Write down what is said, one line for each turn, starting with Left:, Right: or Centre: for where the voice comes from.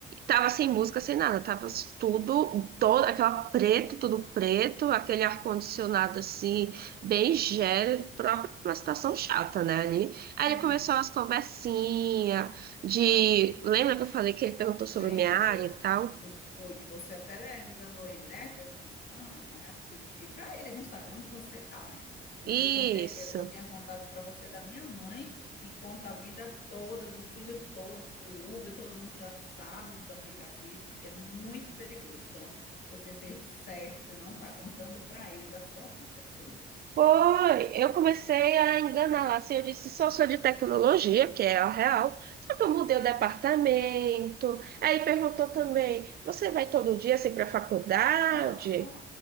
Right: Tava sem música, sem nada, tava tudo, todo, aquela preto, tudo preto, aquele ar-condicionado assim, bem gélido, próprio pra uma situação chata, né, ali.
Left: sim.
Right: Aí ele começou as conversinhas de,
Left: Ó,
Right: lembra que eu falei que ele perguntou sobre
Left: lembro.
Right: minha área e tal?
Left: Foi que você até enganou ele, né? Deu um- não, não é assim. Porque para ele não saber onde você tá, né? Porque
Right: Isso.
Left: eu contei, eu, tinha contado para você da minha mãe, que conta a vida toda, dos filhos todos, o Uber, todo mundo já sabe dos aplicativos, que é muito perigoso. Então, você fez certo e não está contando para ele da sua vida toda.
Right: Foi, eu comecei a enganar lá, assim, eu disse, só sou de tecnologia, que é a real, só que eu mudei o departamento, aí perguntou também, você vai todo dia, assim, para faculdade?
Left: Nossa,